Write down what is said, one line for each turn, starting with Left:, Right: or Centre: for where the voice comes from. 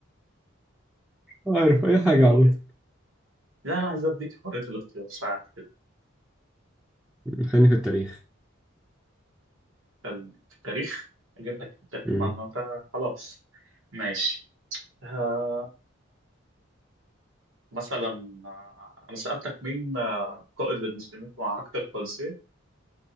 Centre: عارف أي حاجة
Right: قول
Centre: عمود
Right: لا انا عايز اديك حرية الاختيار ساعات كده
Centre: خليني في التاريخ
Right: فال- في التاريخ اجيب لك في التاريخ
Centre: مم.
Right: معنى انت خلاص ماشي آه مثلا آه، انا سألتك مين آه، قائد المسلمين في معركة القادسية؟